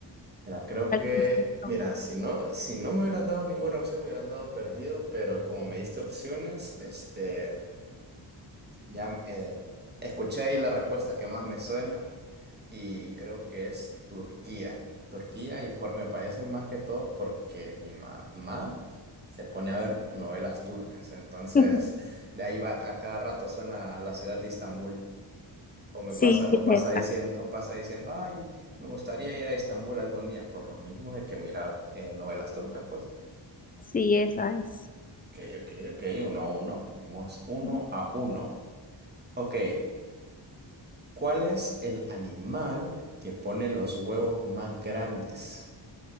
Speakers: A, on the right (about 20°); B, on the left (about 20°).
A: Mira, creo
B: ¿Cuáles
A: que,
B: esas son?
A: mira, si no, si no me hubieras dado ninguna opción, me hubieran dado perdido, pero como me diste opciones, este, ya eh, escuché ahí la respuesta que más me suena y creo que es Turquía. Turquía y por- me parece más que todo porque mi mamá se pone a ver novelas turcas, entonces
B: <laughs>
A: <laughs> de ahí va a cada rato suena la ciudad de Estambul. O me
B: Sí,
A: pasa,
B: no.
A: o
B: sí,
A: pasa
B: esa.
A: diciendo, o pasa diciendo, ay, me gustaría ir a Estambul algún día, por lo mismo de que mira eh, novelas turcas, pues.
B: Sí, esa es.
A: Ok, ok, ok, uno a uno. Vamos uno
B: <laughs>
A: a uno. Ok, ¿cuál es el animal que pone los huevos más grandes?